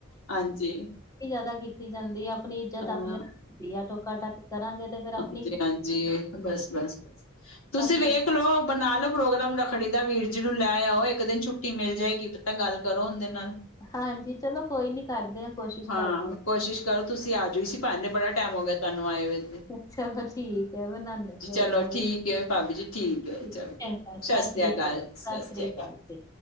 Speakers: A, on the left; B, on the left.
A: ਹਾਂਜੀ।
B: ਜੈਦਾ ਕੀਤੀ ਜਾਂਦੀ ਅਪਨੀ ਇੱਜਤ
A: ਅਹ
B: ਅਪਨੇ ਹੁੰਦੀ ਆ ਟੋਕਾ ਟਾਕੀ ਕਰਾਂਗੇ ਤੇ ਫੇਰ ਆਪ
A: ਹਾਂਜੀ ਹਾਂਜੀ ਬਸ ਬਸ ਬਸ ਤੁਸੀਂ
B: ਆਪਣਾ
A: ਵੇਖ ਦੇਖ ਲਓ ਬਨਾ ਲੋ ਪ੍ਰੋਗਰਾਮ ਰੱਖੜੀ ਦਾ ਵੀਰ ਜੀ ਨੂੰ ਲੈ ਆਓ ਇੱਕ ਦਿਨ ਛੁੱਟੀ ਮਿਲ ਜਾਏਗੀ। ਤਾਂ ਗੱਲ ਕਰੋ ਉਹੰਦੇ ਨਾਲ।
B: ਹਾਂਜੀ ਚਲੋ ਕੋਈ ਨੀ ਕਾਰਦੇ ਆ ਕੋਸ਼ਿਸ਼
A: ਹਾਂ
B: ਕਾਰਦੇ ਆ।
A: ਕੋਸ਼ਿਸ਼ ਕਰੋ ਤੁਸੀਂ ਆ ਜਾਓ ਇਸੀ ਬਹਾਨੇ ਬੜਾ ਟਾਈਮ ਹੋ ਗਿਆ ਤੁਹਾਨੂੰ ਆਏ ਹੋਏ ਇ
B: ਅੱਛਾੱ <unintelligible> <unintelligible> ਠੀਕ ਆ ਬਨਾਨੇ ਪਰੋਗਰਾਮ
A: ਚਲੋ
B: ਵੇਖਦੇ
A: ਠੀਕ ਹੈ ਭਾਬੀ ਜੀ ਹੈ
B: ਠੀਕ
A: ਚਲੋ।
B: ਹੈ ਸਤਿ ਸ੍ਰੀ
A: ਅਕਾਲ,
B: ਕਾਲ। ਸਤਿ ਸ੍ਰੀ
A: ਅਕਾਲ।
B: ਕਾਲ ਜੀ।